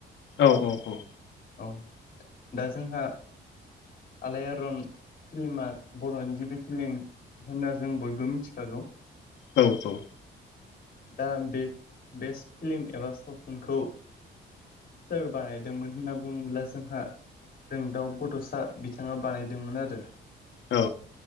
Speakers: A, on the left; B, on the left.
A: औ औ औ
B: औ दा जोंहा आलाय आरन फिल्मा बर'नि गिबि फिल्म होनना जों बयबो मिथिखागौ
A: औ औ
B: दा बे बे फिल्म एबा सावथुनखौ सोर बानायदोंमोन बुङोब्ला जोंहा जों दाउ बड'सा बिथाङा बानायदोंमोन आरो
A: औ